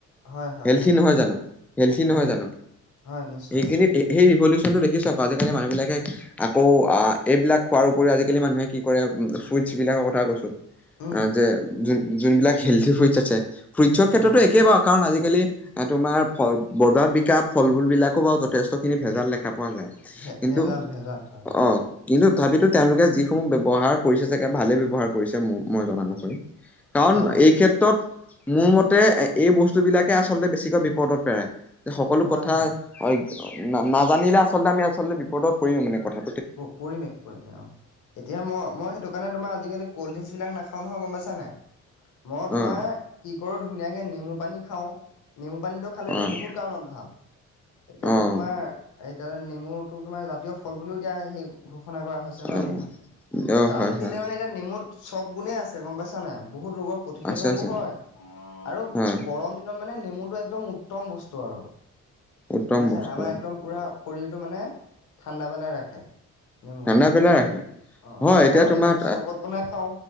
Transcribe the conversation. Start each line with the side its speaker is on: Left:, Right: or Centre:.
Left: হয় হয়
Centre: হেল্থি
Left: হয়
Centre: নহয় জানো হেল্থি
Left: হয়
Centre: নহয় জানো?
Left: হয় নিশ্চয়
Centre: এইখিনি এতিয়া ৰিৱলিউছন দেখিচ আজিকালি মানুহ বিলাকে আকৌ এইবিলাক খোৱাৰ উপৰি আজিকালি মানুহে কি কৰে বিলাকৰ কথা কৈছো
Left: উম
Centre: যে যোনবিলাক হেল্থি ফ্ৰুইটছ আছে। ফ্ৰুইটছৰ ক্ষেত্ৰতো
Left: হয়
Centre: একেই বাৰু কাৰণ আজিকালি এ, তোমাৰ
Left: উম
Centre: বদ বিকাশ ফল-মূল বিলাক ক, যথেষ্টখিনি ভেজাল লাগে। দেখা পোৱা যায়।
Left: ভে
Centre: কিন্তু
Left: ভেজাল ভেজাল হয় বাৰু
Centre: অ, কিন্তু তথাপিতো তেওঁলোকে যি সমূহ ব্যৱহাৰ কৰিছে চাগে ভালে ব্যৱহাৰ কৰিছে। মই জ নো হয়, কাৰণ
Left: অ অ অ
Centre: এই ক্ষেত্ৰত মোৰ মতে এই বস্তু বিলাকে আচলতে বেছিকৈ বিপদত পেৰে যে সকলো
Left: হয়
Centre: কথা
Left: হয়
Centre: হয় নাজানিলে আচলতে আমি আচলতে বিপদত পৰিম মানে কথা
Left: পৰিমে, পৰিমে অ, এতিয়া মই, মই সেইটো কাৰণে তোমাৰ আজিকালি কল্ড ড্ৰিংকচ বিলাক নাখাওঁ নহয়। গম পাইছা নাই মই তোমাৰ
Centre: অ',
Left: কি বৰ ধুনীয়াকে নেমু পানী খাওঁ। নেমু পানীটো খালেতো
Centre: অ',
Left: বহুত কাৰণত ভাল এতিয়াতো
Centre: অ',
Left: তোমাৰ আৰু এতিয়া নেমুটো তোমাৰ জাতীয় ফল বুলিও এতিয়া সেই ঘুখ ঘুখনা কৰা হৈছে হয়
Centre: অ',
Left: নহয়।
Centre: অ',
Left: কাৰণ
Centre: হয়,
Left: কেলে
Centre: হয়,
Left: মানে এতিয়া নেমুত চব গুণে আছে গম পাইছা নাই। বহুত ৰোগৰ প্ৰতিষেধকো
Centre: আছে, আছে,
Left: হয় আৰু
Centre: হয়।
Left: গৰম দিনত। মানে নেমুতটো এক্দম উত্তম বস্তু আৰু
Centre: উত্তম
Left: পাইছ
Centre: বস্তু
Left: আমাৰ একদম পুৰা শৰীৰটো মানে ঠাণ্ডা পনাই ৰাখে। নেমুটোৱে
Centre: ঠাণ্ডা পেলাই ৰাখে
Left: অ,
Centre: হয়
Left: সেইটো কাৰণে
Centre: এতিয়া
Left: মই
Centre: তোমাৰ
Left: নেমু চৰ্বত বনাই খাও।